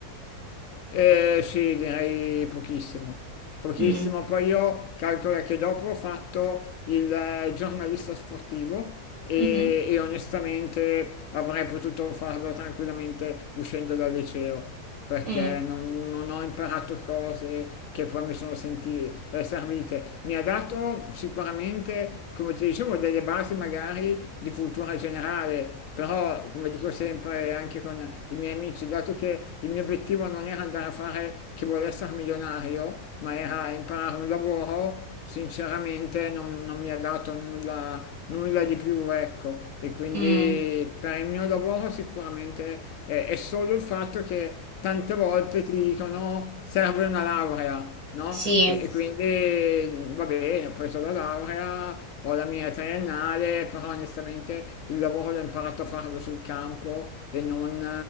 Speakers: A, on the left; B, on the right.
A: Eh, sì, direi pochissimo. Pochissimo.
B: Mm,
A: Poi io calcolo che dopo ho fatto il eh, giornalista sportivo e,
B: mhm,
A: e onestamente avrei potuto farlo tranquillamente uscendo dal liceo perché
B: mm,
A: non, non ho imparato cose che poi mi sono senti- eh, servite. Mi ha dato sicuramente, come ti dicevo, delle basi magari di cultura generale, però come dico sempre anche con i miei amici, dato che il mio obiettivo non era andare a fare chi vuole essere milionario, ma era imparare un lavoro, sinceramente non, non mi ha dato nulla nulla di più, ecco. E quindi
B: mm,
A: per il mio lavoro sicuramente è, è solo il fatto che tante volte ti dicono serve una laurea, no?
B: sì,
A: E, e quindi va bene, ho preso la laurea, ho la mia triennale, però onestamente il lavoro l'ho imparato a farlo sul campo e non,